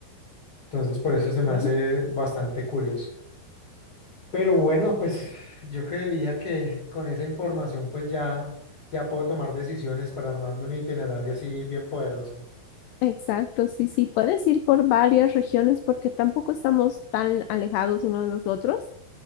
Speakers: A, on the left; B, on the left.
A: Entonces por eso
B: Ok.
A: se me hace bastante curioso. Pero bueno, pues <laughs> yo creería que con esa información pues ya, ya puedo tomar decisiones para armarme un itinerario así bien poderoso.
B: Exacto, sí, sí, puedes ir por varias regiones porque tampoco estamos tan alejados uno de los otros.